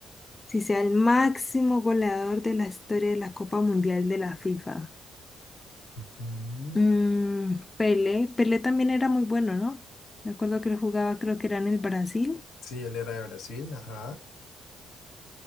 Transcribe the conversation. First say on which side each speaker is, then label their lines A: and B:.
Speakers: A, on the left (about 25°); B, on the left (about 80°).
A: si sea el máximo goleador de la historia de la Copa Mundial de la FIFA.
B: ujú.
A: Mm, Pelé, Pelé también era muy bueno, ¿no? Me acuerdo que él jugaba, creo que era en el Brasil.
B: Sí, él era de Brasil, ajá.